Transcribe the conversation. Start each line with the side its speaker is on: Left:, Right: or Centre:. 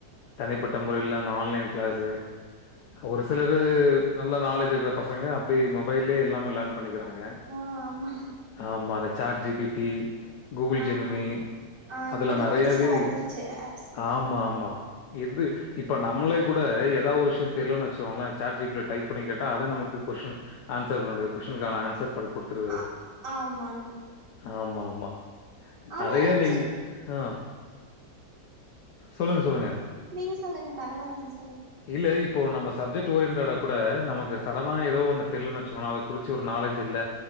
Left: தனிப்பட்ட முறையில அந்த ஆன்லைன் கிளாஸ்ஸு ஒரு சிலர் நல்ல நாலேஜ் இருக்கிற பசங்க அப்படி மொபைல்லே எல்லாம லேர்ன் பண்ணிக்கிறாங்க
Right: ஆ ஆமா
Left: ஆமா அந்த சார்ஜுபிடி கூகுள் ஜெமினி
Right: ஆமா ஆ
Left: அதுல
Right: இப்பதா
Left: நிறையாவே
Right: புதுசா வந்துருச்சு ஆப்ஸ்
Left: ஆமாம்
Right: ம்
Left: ஆமா எது இப்ப நம்மளே கூட ஏதாவது ஒரு விஷயம் தெரியலன்னு வச்சுக்கோங்களேன் சார்ட்ஜுப்ல டைப் பண்ணி கேட்டா அது நமக்கு கொஸ்டின் ஆன்சர் பண்ணது கொஸ்டினுக்கான ஆன்சர் பண்ணி கொடுத்துருது
Right: ஆ
Left: அது
Right: ஆமாங்க
Left: ஆமாமா
Right: ஆனா
Left: அதையே
Right: இஞ்சி
Left: நீங்க ஆ சொல்லுங்க சொல்லுங்க
Right: நீங்க சொல்லுங்க பரவாயில்ல நீங்க சொல்லுங்க
Left: இல்ல இப்போ நம்ம சப்ஜெக்ட் ஓரியன்டடா கூட நமக்கு சடனா ஏதோ ஒன்னு தெரிலன்னுவச்சுக்கோங்க குறிச்சு ஒரு நாலேஜ் இல்ல